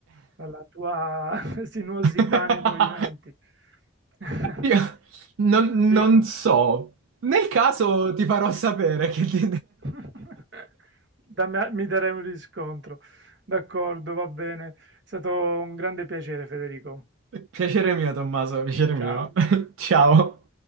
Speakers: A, on the right; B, on the right.
A: dalla tua <laughs> sinuosità
B: <laughs>
A: nei movimenti. <laughs>
B: Io non,
A: Figo.
B: non so. Nel caso ti farò sapere che ti...
A: <laughs> Dammi- mi darei un riscontro. D'accordo, va bene. È stato un grande piacere, Federico.
B: <laughs> Piacere mio, Tommaso, piacere
A: <laughs> Ciao.
B: mio. <laughs> Ciao.